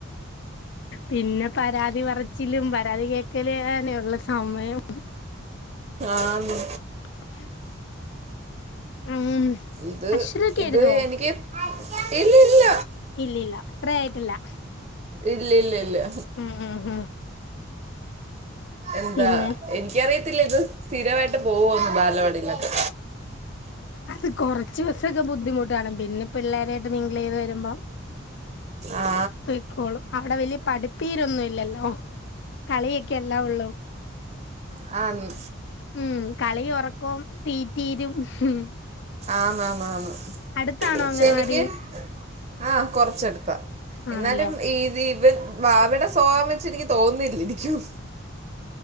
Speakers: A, on the left; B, on the right.
A: പിന്നെ പരാതി പറച്ചിലും പരാതി കേക്കല് ഏനെ ഉള്ളു സമയം
B: ആന്നു
A: <inaudible> ആഹ് ഉം
B: ഇത്
A: അശോര്ക്കെ
B: ഇത്
A: എഴുതുവൊ
B: എനിക്ക് ഇല്ല ഇല്ല
A: ഇലില്ല അത്ര ആയിട്ടില്ല <inaudible>
B: ഇലിലില്ല്യ
A: ഉം ഉം ഉം
B: എന്താ
A: പിന്നെ
B: എനിക്കറിയത്തില്ല ഇത് സ്ഥിരവായിട്ട് പോവൊന്നു ബാലവാടിലൊക്കെ
A: അത് കൊറച്ച് ദിവസൊക്കെ ബു ബുദ്ധിമുട്ടണ് പിന്നെ പിള്ളേരായിട്ട് മിംഗിൾ ചെയ്ത് വരുമ്പം
B: ആ
A: തയ്ക്കോളും അവിടെ വലിയ പഠിപ്പീരൊന്നും ഇല്ലല്ലോ കളിയക്കെ എല്ലാ ഉള്ളൂ
B: ആ <unintelligible>
A: ഉം കളി ഉറക്കം തീറ്റീരും ഉം
B: ആന്നാന്നാന്ന്
A: അടുത്താണോ അംഗനവാടി
B: ശനിക്ക് ആഹ് കൊറച്ചെടുത്താ
A: ആണല്ലേ
B: എന്നാലും ഈ വി ഇവൻ വാവേടെ സോവാ വെച്ച് എനിക്ക് തോന്നില്ല ഇരിക്കും